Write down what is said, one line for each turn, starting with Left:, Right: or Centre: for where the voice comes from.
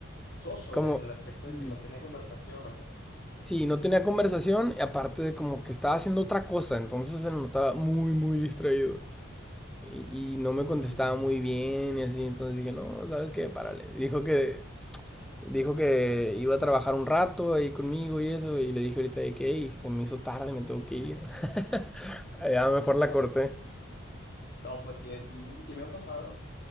Left: soso
Centre: Como,
Left: en el aspecto
Centre: sí,
Left: de que no tenía conversación o cómo?
Centre: sí, no tenía conversación y aparte de como que estaba haciendo otra cosa, entonces se notaba muy, muy distraído. y, y no me
Left: Mm,
Centre: contestaba muy bien y así, entonces dije, no, ¿sabes qué? Párale. Dijo que, dijo que iba a trabajar un rato ahí conmigo y eso, y le dije ahorita de que, "Ey, se me hizo tarde, me tengo que ir. <laughs> Ya mejor
Left: <laughs>
Centre: la corté.
Left: No, pues sí, sí, sí me han pasado.